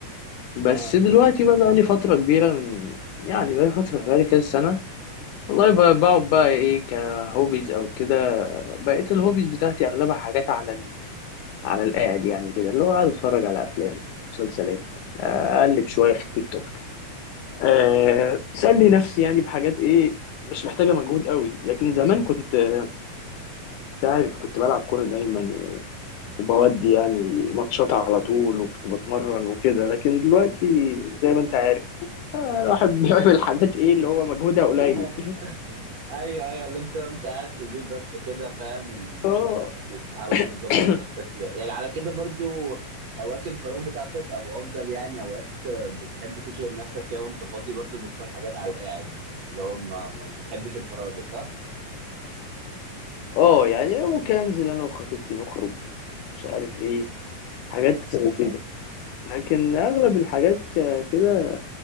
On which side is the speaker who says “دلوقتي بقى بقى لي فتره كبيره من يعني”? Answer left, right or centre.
Left